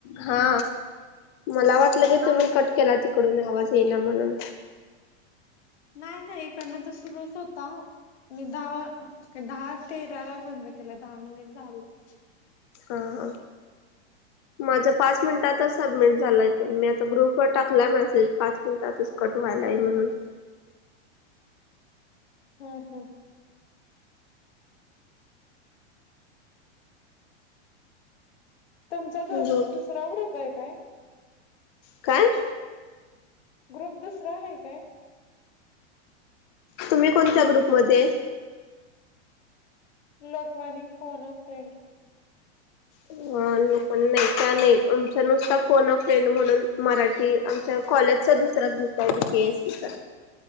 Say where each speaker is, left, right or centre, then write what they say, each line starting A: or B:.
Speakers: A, on the left (about 25°); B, on the left (about 70°).
A: हा मला वाटलं की
B: आवाज
A: तुम्हीं कट केला तिकडून आवाज गेला म्हणून
B: नाही नाही इकडनं तर सुरूच होता. मी दहा दहा तेराला बंद केलं दहा मिनिट झालं होते.
A: ह माझं पांच मिनटातच सबमिट झालंय. मी आता ग्रुप वर टाकला मेॅसेज पांच मिनिटांतच कट व्हायलाय म्हणून,
B: हो हो तुमचा दु
A: हो
B: दुसरा ग्रुप आहे काय?
A: काय?
B: ग्रुप दुसरा आहे काय?
A: तुम्हीं कोणत्या ग्रुप मध्यें आहे?
B: लोकवानी फोन अ फ्रेंड.
A: अ लोकवानी नाही, त्या नाही आमच्या नुस्ता फोन अ फ्रेंड म्हणून मराठी आमच्या कॉलेजचा दुसरा ग्रुप आहे डीकेएससीचा.